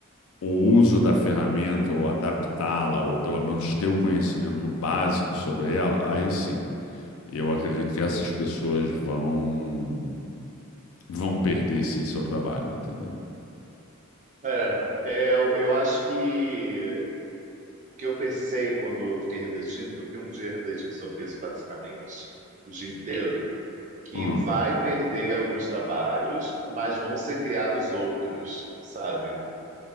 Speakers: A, on the left; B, on the right.
A: o uso da ferramenta ou adaptá-la, ou pelo menos ter o conhecimento básico sobre ela, aí sim. Eu acredito que essas pessoas vão vão perder sim seu trabalho, entendeu?
B: é, é, eu, eu acho que que eu pensei quando eu fiquei refletindo, que eu fiquei um dia refletindo sobre isso basicamente, o dia inteiro, que
A: Hum.
B: vai perder alguns trabalhos, mas vão ser criados outros, sabe?